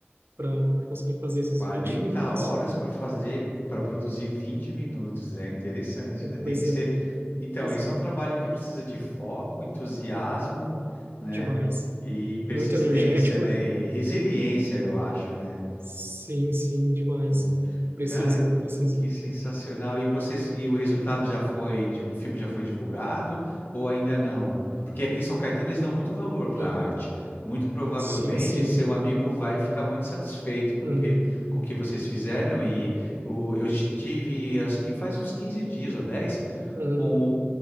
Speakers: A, on the right (about 60°); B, on the left (about 55°).
A: para conseguir fazer esses
B: Quarenta
A: vinte <laughs> minutos.
B: horas para fazer, para produzir 20 minutos. É interessante,
A: Então,
B: né? Tem
A: Pois
B: que ser.
A: é,
B: Então,
A: pois
B: isso
A: é,
B: é um trabalho que precisa de foco, entusiasmo, né?
A: demais.
B: E persistência,
A: Muito energético.
B: né? E resiliência, eu acho, né?
A: Sim, sim, demais.
B: Pô,
A: Precisa,
B: cara,
A: precisa.
B: que sensacional. E vocês, e o resultado
A: Hum,
B: já foi, di- o filme já foi divulgado ou ainda não? Porque aqui em São Caetano eles dão muito valor para
A: hum,
B: a arte. Muito provavelmente
A: sim, sim.
B: esse seu amigo vai ficar muito satisfeito com
A: Hum,
B: o que, com o que vocês fizeram. E o, eu estive, acho que faz uns 15 dias ou 10
A: uhum,
B: com